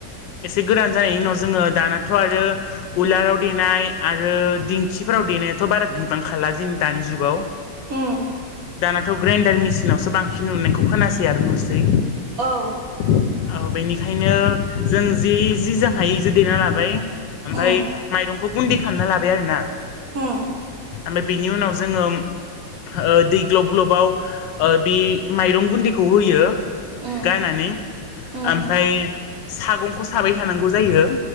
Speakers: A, on the left; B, on the right.
A: एसेगोरान जानायनि उनाव जो जोङो दानाथ' आरो उलाराव देनाय आरो दिंखिफोराव देनायाथ' बारा गैबां खाला लाजिनि दानि जुगाव
B: उम
A: दानाथ' ग्राइडार मिसिनावसो बांसिन नुनायखौ खोनासै आरो नुसै
B: औ
A: औ बेनिखायनो जों जि जि जां हाय ज देना लाबाय। ओमफ्राय
B: उम
A: माइरंखौ गुन्दै खालामना लाबाय आरो ना
B: उम
A: ओमफ्राय बिनि उनाव जोङो ओ दै ग्लब ग्लबाव बे माइरं गुन्दैखौ होयो।
B: उम
A: गारनानै
B: उम
A: ओमफ्राय सागंखौ साबाय थानांगौ जायो।